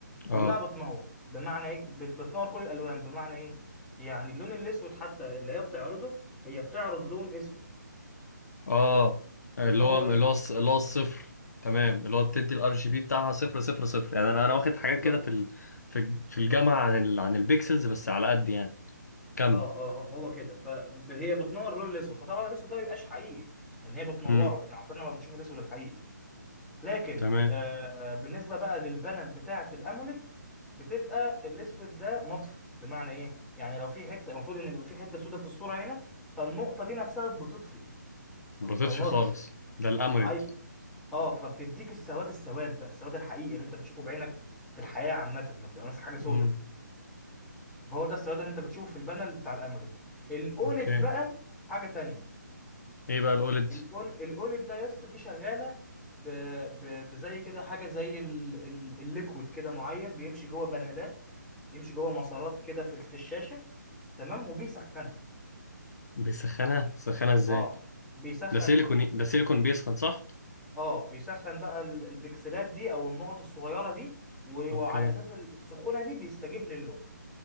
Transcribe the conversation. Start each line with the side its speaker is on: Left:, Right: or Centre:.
Centre: كلها
Left: اه
Centre: بتنور بمعنى ايه بت- بتنور كل الالوان بمعنى ايه يعني اللون الاسود حتى اللي هي بتعرضه هي بتعرض لون اسود
Left: اه اللي
Centre: بتنور
Left: هو اللي
Centre: اسود
Left: هو الص- اللي هو الصفر تمام اللي هو بتدي الار جي بي بتاعها صفر صفر صفر يعني انا انا واخد حاجات
Centre: بالظبط
Left: كده في ال... في الج- في الجامعه عن ال... عن البيكسلز بس على قد يعني كمل
Centre: اه اه هو كده فهي بتنور اللون الاسود فطبعا الاسود ده ما بيبقاش حقيقي ان هي بتنوره
Left: امم
Centre: احنا عمرنا ما بنشوف الاسود الحقيقي لكن
Left: تمام
Centre: آه بالنسبه بقى للبانل بتاعه الاموليد بتبقى الاسود ده مطفي بمعنى ايه يعني لو في حته المفروض ان يبقى في حته سودة في الصوره هنا فالنقطه دي نفسها بتطفي
Left: ما
Centre: ما
Left: بطيتش
Centre: بتنورش
Left: خالص ده الاموليد
Centre: ما اي اه فبتديك السواد السواد بقى السواد الحقيقي اللي انت بتشوفه بعينك في الحياه عامه لما تبقى ماسك حاجه سودة
Left: امم
Centre: فهو ده السواد اللي انت بتشوفه في البانل بتاع الاموليد الاولد
Left: اوكي
Centre: بقى حاجه تانية
Left: ايه بقى الاوليد
Centre: الأول الاولد ده يا اسطى دي شغاله ب... ب... بزي كده حاجه زي ال... ال... الليكويد كده معين بيمشي جوه بانلات يمشي جوه مسارات كده في ال- في الشاشه تمام وبيسخنها
Left: بيسخنها بيسخنها ازاي
Centre: اه بيسخن
Left: ده سيليكون
Centre: ال...
Left: ده سيليكون بيسخن صح
Centre: اه بيسخن بقى ال- البكسلات دي او النقط الصغيره دي و... وعلى
Left: اوكي
Centre: اساس السخونه دي بيستجيب للون